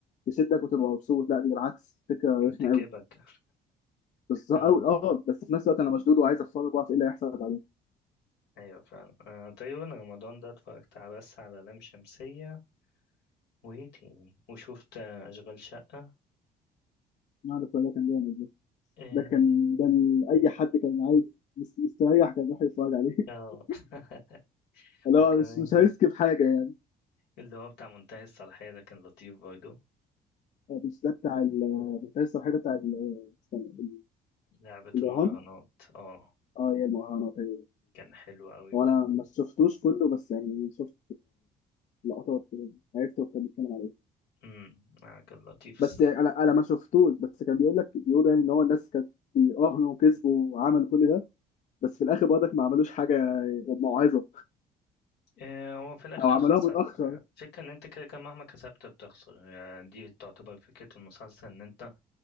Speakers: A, on the left (about 45°); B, on the left (about 80°).
A: تشدك وتبقى مبسوط لا دي بالعكس فكره
B: هتكئبك
A: رخمه قوي بالظبط
B: أه
A: أوي، اه بس في نفس الوقت انا مشدود وعايز اتفرج واعرف ايه اللي هيحصل بعدين
B: أيوة فعلا أه تقريبا رمضان ده اتفرجت على بس على لام شمسية وإيه تاني وشوفت آه، أشغال شقة
A: ما عارف والله كان جامد
B: اه
A: ده كان ده ال- اي حد كان عايز مست- مستريح كان راح يتفرج عليه <laughs>
B: آه. <laughs>
A: اللي
B: وكمان
A: هو مش مش هيسكب حاجه يعني
B: اللي هو بتاع منتهي الصلاحية ده كان لطيف برضه
A: آه، مش ده بتاع ال- بتاع الصحيح ده بتاع ال- استنى، ال-
B: لعبة
A: الرهان
B: المراهنات اه
A: اه هي المهرجانات هي
B: كان حلو أوي برضه
A: هو انا ما شفتوش كله بس يعني شفت لقطات كده عرفت هو كان بيتكلم عليه
B: امم آه، كان لطيف
A: بس يعني انا انا ما شفتوش بس كان بيقول لك بيقولوا يعني ان هو الناس كانت بيراهنوا وكسبوا وعملوا كل ده بس في الاخر برضك ما عملوش حاجه موعظه
B: آه، وفي الآخر
A: او عملوها
B: خسر
A: متاخر
B: آه، فكرة إن أنت كده كده مهما كسبت بتخسر يعني دي تعتبر فكرة المسلسل إن أنت